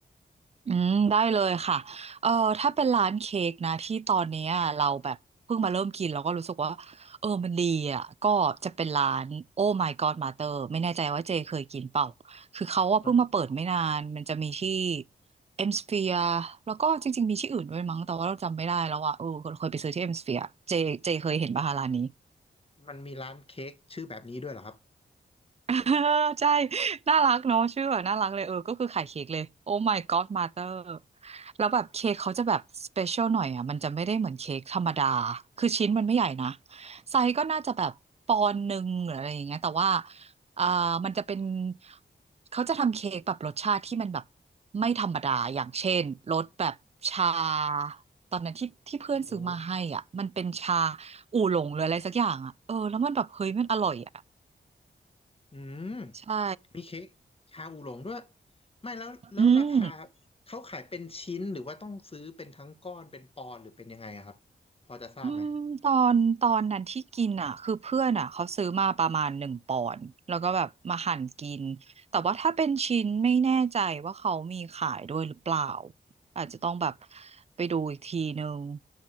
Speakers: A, on the right; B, on the left.
A: อืมได้เลยค่ะเออถ้าเป็นร้านเค้กนะที่ตอนเนี้ยเราแบบเพิ่งมาเริ่มกินเราก็รู้สึกว่าเออมันดีอ่ะก็จะเป็นร้าน Oh My God Mother ไม่แน่ใจว่าเจเคยกินเปล่าคือเขาว่าเพิ่งมาเปิดไม่นานมันจะมีที่
B: ฮะ
A: เอ็มสเฟียแล้วก็จริงๆมีที่อื่นด้วยมั้งแต่ว่าเราจำไม่ได้แล้วอ่ะเออเคยไปซื้อที่เอ็มสเฟียเจเจเคยเห็นป่ะคะร้านนี้
B: มันมีร้านเค้กชื่อแบบนี้ด้วยเหรอครับ
A: <laughs> เออใช่ น่ารักเนาะชื่อแบบน่ารักเลยเออก็คือขายเค้กเลยโอ้ my god mother แล้วแบบเค้กเขาจะแบบสเปเชียลหน่อยอ่ะมันจะไม่ได้เหมือนเค้กธรรมดาคือชิ้นมันไม่ใหญ่นะไซส์ก็น่าจะแบบปอนด์หนึ่งหรืออะไรอย่างเงี้ยแต่ว่าอ่ามันจะเป็นเขาจะทำเค้กแบบรสชาติที่มันแบบไม่ธรรมดาอย่างเช่นรสแบบชาตอนนั้นที่ที่เพื่อนซื้อมาให้อ่ะมันเป็นชา
B: โอ้
A: อู่หลงหรืออะไรสักอย่างอ่ะเออแล้วมันแบบเฮ้ยมันอร่อยอ่ะ
B: อืม
A: ใช่
B: มีเค้กชาอูหลงด้วยไม่แล้วแล้วราคา
A: อืม
B: เขาขายเป็นชิ้นหรือว่าต้องซื้อเป็นทั้งก้อนเป็นปอนด์หรือเป็นยังไงอะครับพอจะทราบไหม
A: อืมตอนตอนนั้นที่กินอ่ะคือเพื่อนอ่ะเขาซื้อมาประมาณหนึ่งปอนด์แล้วก็แบบมาหั่นกินแต่ว่าถ้าเป็นชิ้นไม่แน่ใจว่าเขามีขายด้วยหรือเปล่าอาจจะต้องแบบไปดูอีกทีนึง